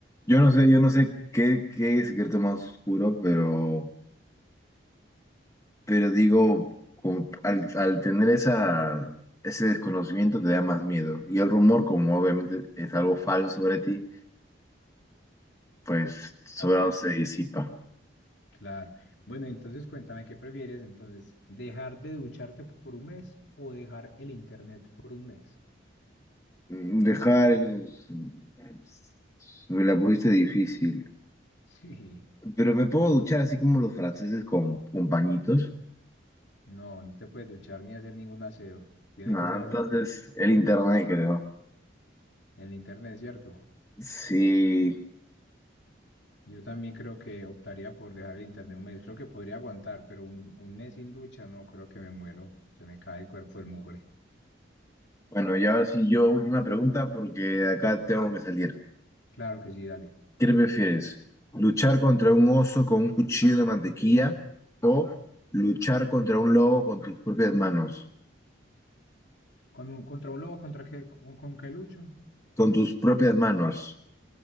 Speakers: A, on the left; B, on the left.
A: yo no sé, yo no sé qué, qué es secreto más oscuro, pero, pero digo, como al, al tener esa, ese desconocimiento te da más miedo. Y el rumor, como obviamente es algo falso sobre ti, pues solo
B: Claro,
A: se disipa.
B: claro. Bueno, entonces cuéntame, ¿qué prefieres entonces? ¿Dejar de ducharte por un mes o dejar el internet por un mes?
A: Mm, Dejar los... pues, Me la pusiste difícil.
B: <laughs> Sí,
A: Pero me puedo duchar así como los franceses con, con pañitos.
B: no, no te puedes duchar ni hacer ningún aseo. Tiene
A: Ah,
B: que ser
A: entonces
B: así.
A: el internet creo.
B: El internet, ¿cierto?
A: Sí.
B: Yo también creo que optaría por dejar el internet un mes. Creo que podría aguantar, pero un, un mes sin ducha, no, creo que me muero. Se me cae el cuerpo del mugre.
A: Bueno, y ahora sí yo última pregunta porque de acá tengo que salir.
B: Claro que sí, dale.
A: ¿Qué prefieres? ¿Luchar contra un oso con un cuchillo de mantequilla o luchar contra un lobo con tus propias manos?
B: ¿Con un, contra un lobo? ¿Contra qué? ¿Con, con qué lucho?
A: Con tus propias manos.